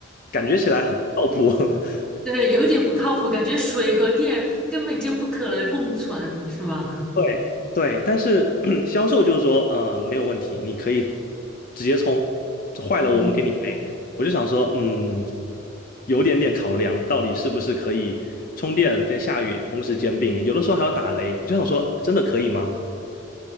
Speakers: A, on the left (about 45°); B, in the centre.
A: 感觉起来很不靠谱。<laughs>
B: <laughs> 对，有点不靠谱，感觉水和电根本就不可能共存，是吗？
A: 对对，但是 <clears throat> 销售就是说，呃，没有问题，你可以直接充，坏了我们给你赔。
B: <laughs> 嗯。
A: 我就想说，嗯，有点点考量，到底是不是可以充电跟下雨同时兼并，有的时候还要打雷，就想说，真的可以吗？